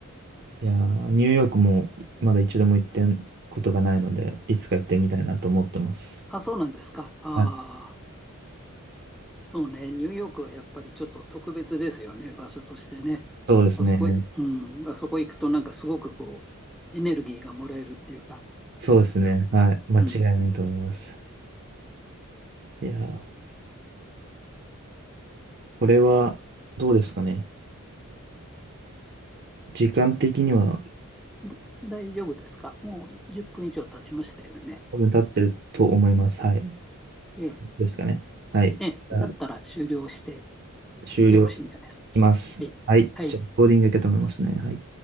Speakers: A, on the right; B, in the centre.
A: いやーニューヨークもまだ一度も行ってんことがないので、いつか行ってみたいなと思ってます。
B: あ、そうなんですか。ああ。
A: はい。
B: そうね、ニューヨークはやっぱりちょっと特別ですよね、場所としてね。
A: そうですね。
B: あそこうん、あそこ行くとなんかすごくこう、エネルギーがもらえるっていうか、
A: そうですね。はい。間違いないと思います。
B: うん。
A: いやーこれはどうですかね。時間的には
B: だ大丈夫ですかもう10分以上経ちましたよね。
A: 多分立ってると思います。はい。
B: ええ、
A: ですかね。はい。
B: ええ、
A: じゃあ
B: だったら終了して
A: 終了
B: よろしいんじゃないですか。
A: します。
B: ええはい。
A: はい。じゃあ、コーディングいけたと思いますね。はい。